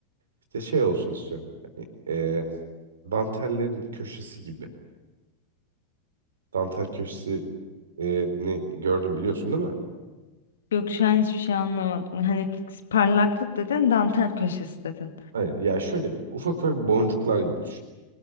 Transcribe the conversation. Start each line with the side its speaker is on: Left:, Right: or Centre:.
Right: işte şey olsun istiyorum böyle. Hani e, dantellerin köşesi gibi. dantel köşesi e, ne gördüm biliyorsun değil mi?
Left: <laughs> Yok şu an hiçbir şey anlamadım. Hani parlaklık dedin, dantel köşesi dedin.
Right: Aynen. Ya şöyle ufak ufak boncuklar gibi düşün.